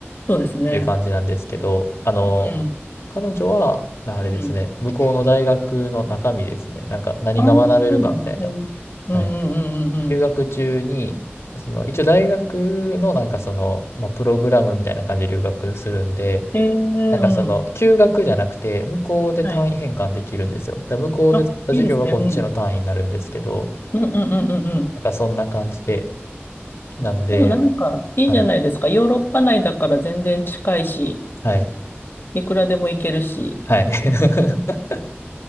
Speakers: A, on the left; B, on the left.
A: そうですね。
B: ていう感じなんですけど、あの、
A: うん。
B: 彼女は、なあれですね、
A: うん。
B: 向こうの大学の中身ですね、なんか何が学べるかみたいな。
A: ああ、そうなんだ。へえ。うんうんうんうんうん。
B: はい。留学中に、その、一応大学のなんかその、まあ、プログラムみたいな感じで留学するんで、
A: へえ、うん。
B: なんかその、休学じゃなくて、向こうで単位変換できるんですよ。
A: はい。
B: だから向こうで取った授業がこっちの単位になるんですけど、
A: あ、いいですね。うん。うんうんうんうんうん。
B: なんかそんな感じで、なんで、
A: でもなんか、いいじゃないですか。
B: はい、
A: ヨーロッパ内だから全然近いし、
B: はい、
A: いくらでも行けるし。
B: はい。<laughs>